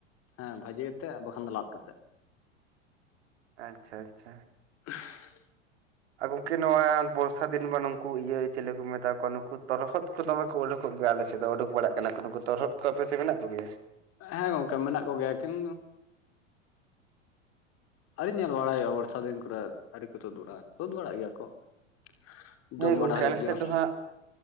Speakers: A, on the left; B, on the right.
A: ᱦᱮᱸ ᱵᱷᱟᱹᱡᱤ ᱠᱟᱛᱮᱜ ᱵᱟᱠᱷᱟᱱ ᱫᱚ ᱞᱟᱫ ᱠᱟᱛᱮᱜ
B: ᱟᱪᱪᱷᱟ ᱟᱪᱪᱷᱟ
A: <inaudible>
B: ᱟᱨ ᱜᱚᱝᱠᱮ ᱱᱚᱣᱟ ᱵᱚᱨᱥᱟ ᱫᱤᱱ ᱵᱟ ᱱᱩᱝᱠᱩ ᱤᱭᱟᱹ ᱪᱮᱞᱮ ᱠᱚ ᱢᱮᱛᱟ ᱠᱚ ᱠᱳ ᱱᱩᱠᱩ ᱛᱚᱨᱦᱚᱫ ᱠᱳ ᱫᱚᱢᱮ ᱠᱚ ᱩᱰᱩᱠᱚᱜ ᱜᱮᱭᱟ ᱟᱞᱮ ᱥᱮᱫ ᱫᱚ ᱩᱰᱩᱠ ᱵᱟᱲᱟᱜ ᱠᱟᱱᱟ ᱠᱚ, ᱱᱩᱠᱩ ᱛᱚᱨᱦᱚᱫ ᱠᱚ ᱟᱯᱮ ᱥᱮᱫ ᱢᱮᱱᱟᱜ ᱠᱚ ᱜᱮᱭᱟ?
A: ᱦᱮᱸ ᱜᱚᱝᱠᱮ ᱢᱮᱱᱟᱜ ᱠᱚ ᱜᱮᱭᱟ ᱠᱤᱱ ᱟᱹᱣᱨᱤ ᱧᱮᱞ ᱵᱟᱲᱟᱭ ᱦᱩᱭᱩᱜᱼᱟ ᱵᱚᱨᱥᱟ ᱫᱤᱱ ᱠᱚᱨᱮ ᱟᱹᱨᱤ ᱠᱚ ᱛᱩᱫ ᱵᱟᱲᱟᱜ-ᱟ ᱛᱩᱫ ᱵᱟᱲᱟᱜ ᱜᱮᱭᱟ ᱠᱚ <unintelligible>
B: ᱦᱮᱸ ᱜᱚᱢᱠᱮ
A: ᱦᱩᱭᱩᱜ
B: ᱟᱞᱮ
A: ᱜᱮᱭᱟ
B: ᱥᱮᱫ ᱫᱚ ᱦᱟᱸᱜ